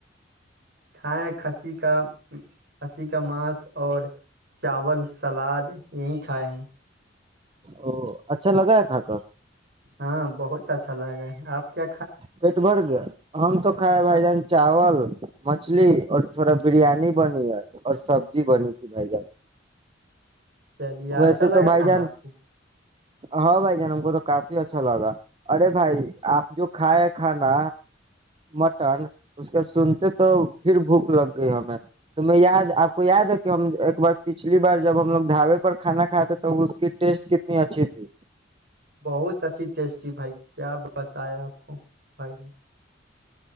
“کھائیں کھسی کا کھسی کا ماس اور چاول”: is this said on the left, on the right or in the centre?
Right